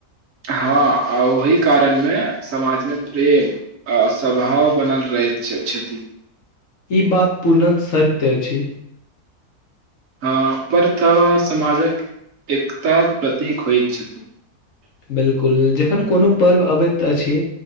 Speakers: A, on the right; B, on the left.
A: हँ आ ओहि कारणमे समाजमे प्रेम आ स्वभाव बनल रहैत छथि
B: ई बात पूर्णत सत्य अछि
A: हँ पर तावा सामजक एकता प्रतीक होइत छथि
B: बिलकुल जखन कोनो पर्व अबैत अछि